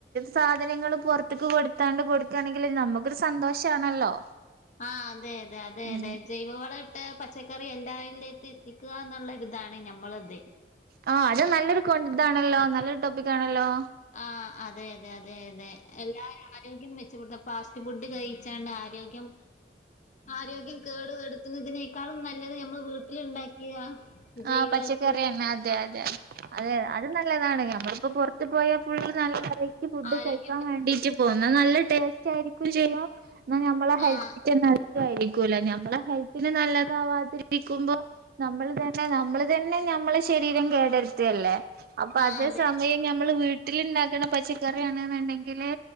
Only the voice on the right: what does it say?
സാധനങ്ങളും പൊറത്തേക്ക് കൊടുത്താണ്ട് കൊടുക്കുയാണെങ്കി നമുക്കൊരു സന്തോഷാണല്ലോ.
ഉം
ആ അത് നല്ലൊരു കോ ഇതാണല്ലോ നല്ലൊരു ടോപ്പിക്കണല്ലോ.
ആഹ്
പച്ചക്കറിയന്നെ
അതെ അതെ അതെ അത് നല്ലതാണ് നമ്മളിപ്പോ പൊറത്ത് പോയാ ഫുളള് നല്ല വെറൈറ്റി ഫുഡ്
കഴിക്കാൻ
വേണ്ടീട്ട് പോകുന്നു നല്ല ടേസ്റ്റ് ആയിരിക്കും ചെയ്യും എന്നാ നമ്മളെ ഹെൽത്തിക്ക്
നല്ലതായിരിക്കൂല്ലാ നമ്മളെ ഹെൽത്തിന് നല്ലതാവാതിരി ക്കുമ്പോ നമ്മള് തന്നെ നമ്മള് തന്നെ നമ്മളെ ശരീരം കേടരുത്തല്ലേ അപ്പൊ
അതേ
സമയം
ഞമ്മള് വീട്ടിലിണ്ടാക്കണ പച്ചക്കറിയണെന്നുണ്ടെങ്കില്